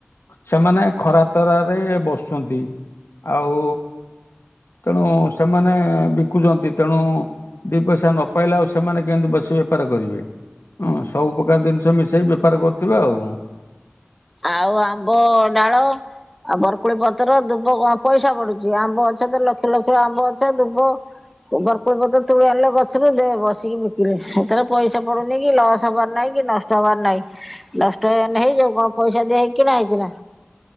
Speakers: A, on the left (about 70°); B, in the centre.
A: ସେମାନେ ଖରା ତରାରେ ବସୁଛନ୍ତି ଆଉ ତେଣୁ ସେମାନେ ବିକୁଚନ୍ତି ତେଣୁ ଦି ପଇସା ନ ପାଇଲେ ଆଉ ସେମାନେ କେମିତି ବସି ବେପାର କରିବେ। ହଁ ସବୁ ପ୍ରକାର ଜିନିଷ ମି ସେଇ ବେପାର କରୁଥିବେ ଆଉ।
B: ଆଉ ଆମ୍ବଡ଼ାଳ ଆଉ ବରକୋଳି ପତ୍ର ଦୁବ କଣ ପଇସା ପଡୁଚି ଆମ୍ବ ଗଛ ତ ଲକ୍ଷ ଲକ୍ଷ ଆମ୍ବ ଗଛ ଦୁବ ବରକୋଳି ପତ୍ର ତୋଳି ଆଣିଲ ଗଛରୁ ଦେ ବସିକି ବିକିଲେ ହେତେରେ ପଇସା ପଡୁନି କି ଲସ ହେବାର ନାଇ କି ନଷ୍ଟ ହେବାର ନାଇ ନଷ୍ଟ ହେଇଗନେ ହେଇଯାଉ କଣ ପଇସା ଦିଆ ହେଇକି କିଣା ହେଇଚିନା